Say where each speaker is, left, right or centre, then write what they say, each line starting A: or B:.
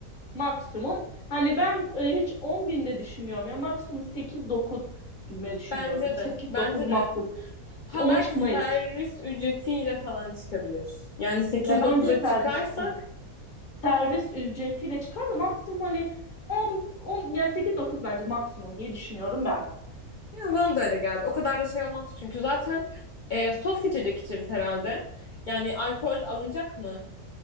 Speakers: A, on the left; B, on the left.
A: Maksimum. Hani ben e, hiç 10 binde düşünmüyorum ya. Maksimum 8-9 gibi düşünüyorum.
B: Bence de.
A: 8-9
B: Bence
A: makul.
B: de. Ha
A: Ona
B: belki
A: çıkmayız.
B: servis ücretiyle falan çıkabilir. Yani sekiz
A: Ya
B: dokuz'a
A: bence de servis
B: çıkarsak
A: servis ücretiyle çıkar da maksimum hani 10, 10 yani 8-9 bence maksimum diye düşünüyorum ben.
B: ya bana da öyle geldi. O kadar da şey olmaz çünkü zaten e, soft içecek içeriz herhalde. Yani alkol alınacak mı?